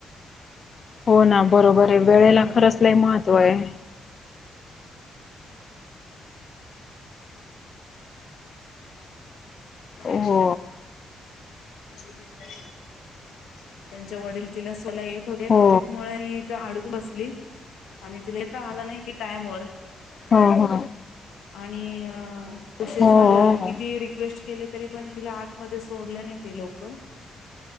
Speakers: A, on the left (about 40°); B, on the left (about 80°).
A: हो ना बरोबर आहे वेळेला
B: हम्म.
A: खरंच लई महत्त्व आहे. हो
B: परीक्षेला <unintelligible> त्यांच्या वडील तीला सला येत होते <unintelligible>
A: हो
B: मुळे ही ज अडकून असली. आणि तिला इथ आलं नाही की टाइम वर
A: हो हो
B: आणि अ उशीर
A: हो
B: झाला
A: हो
B: किती रिक्वेस्ट केले तरी पण तिला आतमध्ये सोडलं नाही ते लोक.